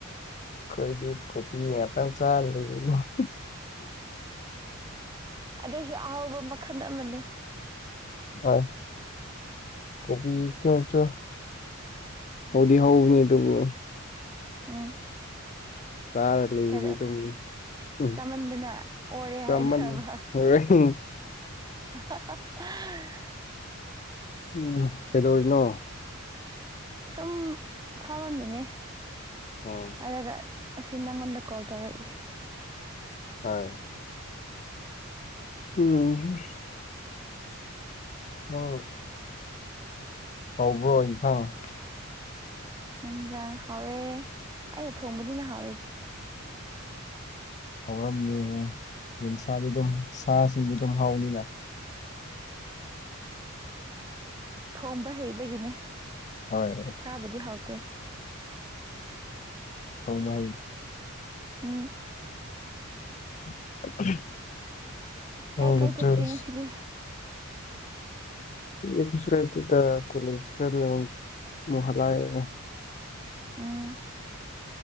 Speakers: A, on the left; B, on the right.
A: ꯑꯩꯈꯣꯏꯗꯤ ꯀꯣꯕꯤ ꯉꯥꯛꯇꯪ ꯆꯥ ꯂꯩꯕꯕꯨ
B: ꯑꯗꯨꯏꯁꯨ ꯑꯍꯥꯎꯕ ꯃꯈꯟ ꯑꯃꯅꯦ
A: ꯍꯣꯏ ꯀꯣꯕꯤ ꯆꯟꯇ꯭ꯔꯨ ꯍꯧꯗꯤ ꯍꯧꯕꯅꯤ ꯇꯨꯕꯨ
B: ꯍꯝ
A: ꯆꯥꯔ ꯂꯩꯕꯗꯤ
B: ꯇꯂꯧ
A: ꯑꯗꯨꯝ ꯎꯝ
B: ꯆꯃꯟꯗꯅ ꯑꯣꯔꯦ
A: ꯆꯥꯃꯟ
B: ꯍꯥꯏꯗ꯭ꯔꯕ
A: <unintelligible>
B: <inaudible>
A: ꯎꯝ ꯀꯩꯗꯧꯔꯤꯅꯣ
B: ꯁꯨꯝ ꯐꯃꯝꯃꯤꯅꯦ
A: ꯑꯣ
B: ꯑꯗꯨꯒ ꯑꯁꯤ ꯅꯪꯉꯣꯟꯗ ꯀꯣꯜ ꯇꯧꯔꯛꯏꯁꯦ
A: ꯍꯥꯏ ꯎꯝꯍꯝ ꯅꯪ ꯍꯥꯎꯕ꯭ꯔꯣ ꯏꯟꯁꯥꯡ
B: ꯍꯟꯖꯥꯡ ꯍꯥꯎꯋꯦ ꯑꯩꯅ ꯊꯣꯡꯕꯗꯤꯅ ꯍꯥꯎꯋꯦ
A: ꯍꯧꯔꯝꯅꯤ ꯍꯣꯏ ꯌꯦꯟꯁꯥꯗꯤ ꯑꯗꯨꯝ ꯁꯥꯁꯤꯡꯗꯤ ꯑꯗꯨꯝ ꯍꯥꯎꯅꯤꯅ
B: ꯊꯣꯝꯕ ꯍꯩꯕꯒꯤꯅꯦ
A: ꯍꯣꯏ
B: ꯆꯥꯕꯨꯗꯤ ꯍꯥꯎꯇꯦ
A: ꯊꯣꯡꯕ ꯍꯩ
B: ꯎꯝ
A: <inaudible> ꯅꯪꯗꯤ
B: ꯀꯥꯏ ꯀꯥꯏ ꯆꯠꯀꯦ
A: ꯗ꯭ꯔꯦꯁ
B: ꯉꯁꯤꯗꯤ
A: ꯏꯌꯥꯄꯤꯁꯨ ꯂꯩꯇꯦꯇꯥ ꯀꯣꯂꯦꯁ ꯆꯠꯂꯧ ꯑꯃꯨꯛ ꯍꯂꯥꯏꯌꯦ
B: ꯎꯝ